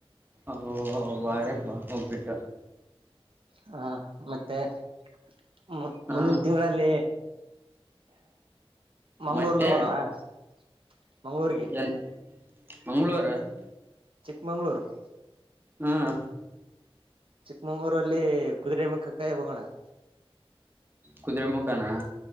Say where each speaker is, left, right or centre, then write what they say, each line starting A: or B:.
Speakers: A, on the right; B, on the right.
A: ಅದು, ಮಾರಿಯಬ್ಬ, ಹೋಗಿಬಿಟ್ಟು. <inaudible>
B: ಹಾ, ಮತ್ತೆ? <unintelligible> ಹ್ಮ,
A: ಹ
B: ಮುಂದಿನ, ತಿಂಗಳಲ್ಲಿ! ಮಂಗ್ಗಳೂರ್ಗೆ,
A: ಮತ್ತೆ
B: ಹೋಣವಾ? <inaudible> ಮಂಗಗಳೂರ್ರಿಗೆ? <inaudible>
A: ಏನ್ ಮಂಗಳೂರು.. <inaudible>
B: ಚಿಕ್ಕಮಂಗಳೂರು. <inaudible>
A: ಹ್ಮ.. <inaudible>
B: ಚಿಕ್ಕಮಂಗಳೂರ, ಅಲ್ಲಿ, ಕುದುರೆ, ಮುಕ್ಕಕ್ಕಾಯಿ ಹೋಗೋಣ? <inaudible>
A: ಕುದುರೆ, ಮುಖಾನ,